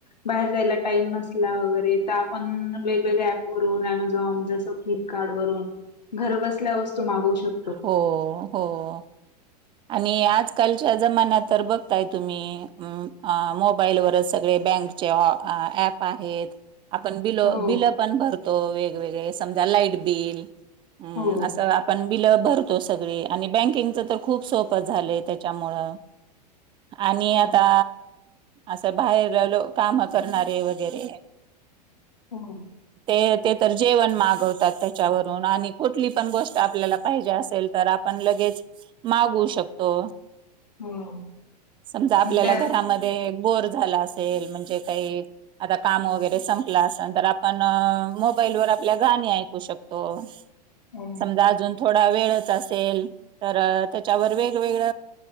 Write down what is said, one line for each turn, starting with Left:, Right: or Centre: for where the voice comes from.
Left: बाहेर जायला टाईम नसला वगैरे तर आपण वेगवेगळ्या ॲपवरून ॲमेझॉन जस फ्लिपकार्ट वरून घर बसल्या वस्तू मागगू शकतो.
Right: हो हो. आणि आजकालच्या जमान्यात तर बघताय तुम्ही मोबाईलवरच सगळे बँकचे ऑ ऍप आहेत. आपण बिल
Left: हो
Right: बिल पण भरतो वेग वेगवेगळे समजा लाईट बिल हम्म
Left: हो
Right: असं आपण बिल भरतो सगळी आणि बँकिंगच तर खूप सोपं झालय त्याच्यामुळं आणि
Left: हो
Right: आता असं बाहेर लो काम करणारे वगैरे
Left: हो
Right: ते ते तर जेवण मागवतात त्याच्यावरून आणि कुठली पण गोष्ट आपल्याला पाहिजे असेल तर आपण लगेच मागवू शकतो.
Left: हो
Right: समजा आपल्याला
Left: त्या
Right: घरामध्ये बोर झाला असेल म्हणजे काही आता काम वगैरे संपलं असेल तर आपण मोबाईल वर आपल्या गाणी ऐकू शकतो.
Left: हो
Right: समजा अजून थोडा वेळच असत असेल तर त्याच्यावर वेगवेगळ